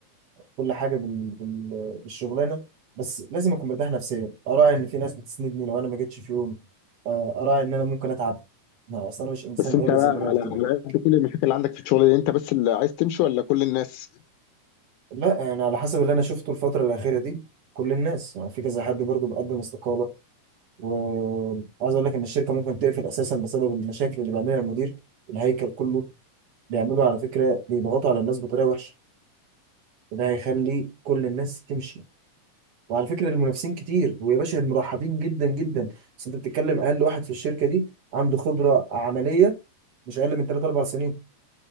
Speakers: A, on the right; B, on the left.
A: كل حاجه بال... بال... بالشغلانه بس لازم اكون مرتاح نفسيا اراعي ان في ناس بتسندني لو انا ما جيتش في يوم آه، اراعي ان انا ممكن اتعب ما اصل انا مش انسان
B: بس
A: آلي
B: انت بقى
A: زي ما انا
B: على
A: قلت
B: على
A: لك
B: قد كل المشاكل اللي عندك في الشغل دي انت بس اللي عايز تمشي ولا كل الناس؟
A: لا انا على حسب اللي انا شفته الفتره الاخيره دي كل الناس يعني في كذا حد برضه بيقدم استقاله وعايز اقول لك ان الشركه ممكن تقفل اساسا بسبب المشاكل اللي بيعملها المدير الهيكل كله بيعملوا على فكره بيضغطوا على الناس بطريقه وحشه وده هيخلي كل الناس تمشي وعلى فكره المنافسين كتير ويا باشا المرحبين جدا جدا بس انت بتتكلم اقل واحد في الشركه دي عنده خبره عمليه مش اقل من 3 4 سنين